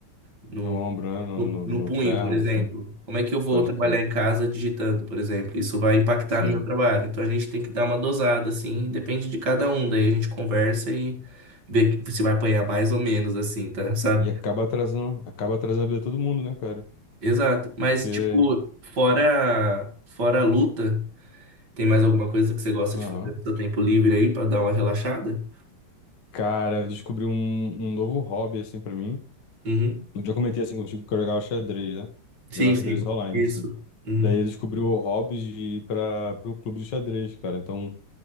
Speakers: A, on the right (about 50°); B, on the left (about 55°).
A: no,
B: No ombro, né? No,
A: no,
B: no,
A: no
B: no
A: punho,
B: perna,
A: por exemplo.
B: assim.
A: Como é que eu vou
B: Pode
A: trabalhar
B: crer.
A: em casa digitando, por exemplo? Isso vai impactar
B: Sim.
A: no meu trabalho. Então a gente tem que dar uma dosada, assim, depende de cada um. Daí a gente conversa e vê que- se vai apanhar mais ou menos, assim, tá? Sabe?
B: E acaba atrasando, acaba atrasando a vida de todo mundo, né, cara?
A: Exato. Mas,
B: Porque,
A: tipo, fora, fora a luta, tem mais alguma coisa que você gosta
B: aham.
A: de fazer no seu tempo livre aí pra dar uma relaxada?
B: Cara, eu descobri um, um novo hobby, assim, pra mim.
A: Uhum.
B: Um dia eu comentei, assim, contigo que eu jogava xadrez, né?
A: Sim,
B: Jogava xadrez
A: sim.
B: online,
A: Isso.
B: assim.
A: Uhum.
B: Daí eu descobri o hobby de ir pra, pro clube de xadrez, cara. Então,